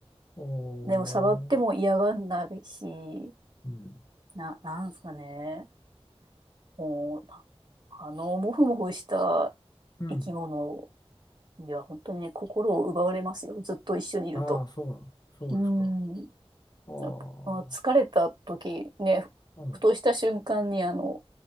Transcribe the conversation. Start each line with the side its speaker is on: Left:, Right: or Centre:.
Left: おー、
Right: でも触っても嫌がんないし、
Left: うん、
Right: な、なんすかね。もう、なあの、もふもふした
Left: うん、
Right: 生き物には本当にね、心を奪われますよ。ずっと一緒にいると。
Left: ああ、そう、そうですか。
Right: うん。
Left: ああ、
Right: やっぱあ疲れた時ね、
Left: うん、
Right: ふとした瞬間にあの、